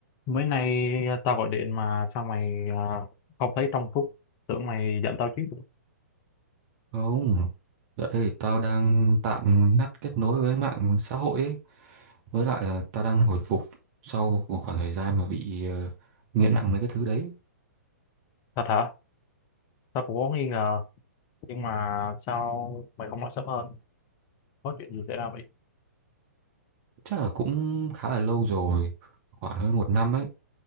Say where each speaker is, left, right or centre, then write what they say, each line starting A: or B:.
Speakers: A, on the left; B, on the right.
A: Mới nay tao gọi điện mà sao mày à, không thấy trong phút tưởng mày giận tao chứ.
B: Không, dạo đây thì tao đang tạm ngắt kết nối với mạng xã hội ấy. Với lại là tao đang hồi phục sau một khoảng thời gian mà bị ờ, nghiện nặng mấy cái thứ đấy.
A: Thật hả? Tao cũng có nghi ngờ, nhưng mà sao mày không nói sớm hơn? Có chuyện gì xảy ra vậy?
B: Chắc là cũng khá là lâu rồi, khoảng hơn một năm ấy.